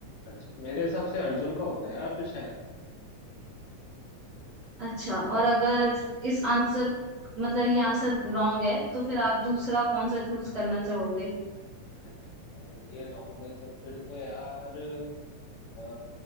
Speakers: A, on the left; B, on the right.
A: अर्जुन मेरे हिसाब से अर्जुन का होता है यार फिर शायद
B: अच्छा और अगर इस आंसर मतलब ये आंसर रॉन्ग है तो फिर आप दूसरा कौन सा चूज करना चाहोगे
A: अरे अगर ये रॉन्ग है तो फिर तो यार अ,